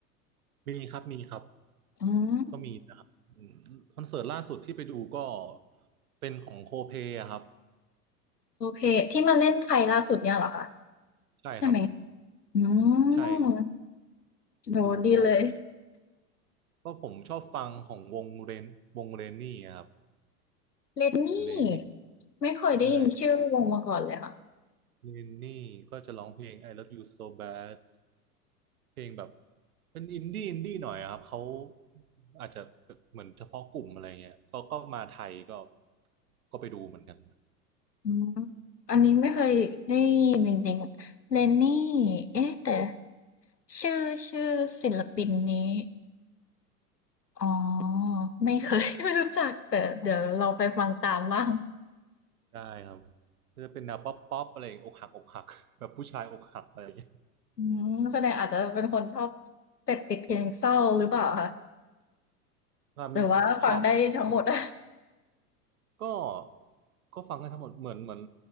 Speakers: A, on the right; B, on the left.
A: มีครับมีครับ
B: อืม
A: ก็มีนะครับอืมคอนเสิร์ตล่าสุดที่ไปดูก็เป็นของโคเพอะครับ
B: โอเคที่มาเล่นไทยล่าสุดเนี่ยเหรอคะ
A: ใช่ครับ
B: ใช่ไหมอื
A: ใช่ครับ
B: มโหดีเลย
A: ดูโคเพก็ผมชอบฟังของวงเรนวงเรนนี่อะครับ
B: เลนนี่
A: เรนนี่
B: ไม่เคยได้ยินชื่อวงมาก่อนเลยค่ะ
A: ใช่ เรนนี่ก็จะร้องเพลง I Love You So Bad เพลงแบบเป็นอินดี้อินดี้หน่อยอะครับเขาอาจจะเหมือนเฉพาะกลุ่มอะไรเงี้ยก็ก็มาไทยก็ก็ไปดูเหมือนกัน
B: อืมอันนี้ไม่เคยได้ยินจริงๆเลนนี่เอ๊ะแต่ชื่อชื่อศิลปินนี้อ๋อไม่เคย <laughs> ไม่รู้จักแต่เดี๋ยวเราไปฟังตามบ้าง
A: ได้ครับก็จะเป็นแนวป๊อปป๊อปอะไรอย่างอกหักอกหักแบบผู้ชายอกหักอะไรอย่างเงี้ย
B: อืมแสดงอาจจะเป็นคนชอบเสพติดเพลงเศร้าหรือเปล่าคะ
A: <laughs> ว่ามีชอบครับ
B: หรือว่าฟังได้ทั้งหมด <laughs>
A: ก็ก็ฟังกันทั้งหมดเหมือนเหมือน